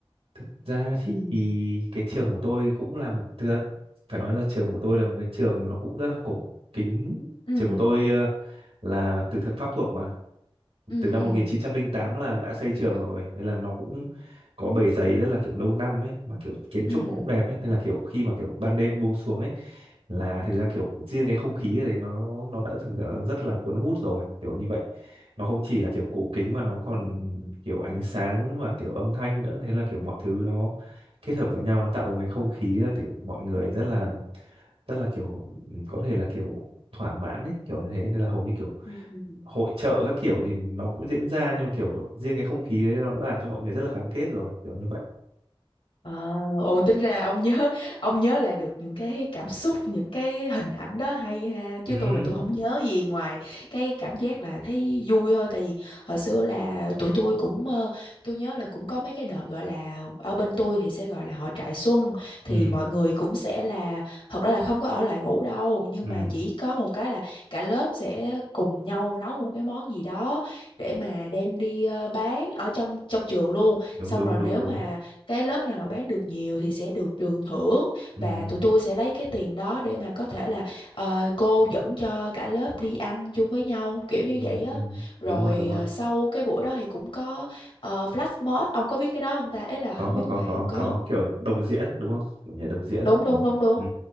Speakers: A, on the right; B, on the left.
A: thực ra thì cái trường của tôi cũng là một- thực ra phải nói là trường của tôi là một cái trường nó cũng rất là cổ kính
B: Ừ.
A: trường của tôi ờ, là từ thời Pháp thuộc mà
B: Ừ
A: từ năm
B: ừ.
A: 1908 là đã xây trường rồi nên là nó cũng có bề dày rất là kiểu lâu năm ấy mà kiểu kiến
B: Ừ.
A: trúc nó cũng đẹp ấy nên là kiểu khi mà kiểu ban đêm buông xuống ấy là thực ra kiểu riêng cái không khí ở đấy nó nó đã thực ra rất là cuốn hút rồi kiểu như vậy nó không chỉ là kiểu cổ kính mà nó còn kiểu ánh sáng và kiểu âm thanh nữa thế là kiểu mọi thứ nó kết hợp với nhau nó tạo ra một cái không khí là kiểu mọi người rất là rất là kiểu có thể là kiểu thỏa mãn ấy kiểu như thế nên là hầu như kiểu
B: Ừ. ừ.
A: hội chợ các kiểu thì nó cũng diễn ra nhưng mà kiểu riêng cái không khí đấy nó đã làm cho mọi người rất là gắn kết rồi kiểu như vậy
B: À, ồ tính ra ông nhớ ông nhớ lại được những cái cảm xúc những cái hình ảnh đó hay ha chứ
A: ừ
B: tôi là tôi không nhớ gì ngoài cái cảm giác là thấy vui thôi tại vì hồi xưa là tụi tôi cũng ờ, tôi nhớ là cũng có mấy cái đợt gọi là ở bên tôi thì sẽ gọi là hội trại xuân thì
A: ừ
B: mọi người cũng sẽ là thật ra là không có ở lại ngủ đâu nhưng
A: ừ
B: mà chỉ có một cái là cả lớp sẽ cùng nhau nấu một cái món gì đó để mà đem đi ờ, bán ở trong trong trường luôn
A: đúng
B: xong
A: đúng
B: rồi
A: đúng
B: nếu
A: đúng
B: mà cái lớp nào mà bán được nhiều thì sẽ được trường thưởng
A: ừ,
B: và tụi tôi sẽ lấy cái tiền đó để mà có thể là ờ, cô dẫn cho cả lớp đi ăn chung với nhau kiểu như
A: ừ,
B: vậy á
A: ừ.
B: rồi
A: đúng rồi đúng rồi
B: ờ, sau cái buổi đó thì cũng có ờ, flash mob ông có biết cái đó không ta ấy là
A: có
B: không
A: có
B: biết
A: có
B: ngoài
A: có
B: ông có
A: có
B: không
A: kiểu đồng diễn đúng không kiểu nhà đồng diễn
B: đúng
A: ừ.
B: đúng đúng đúng
A: ừ.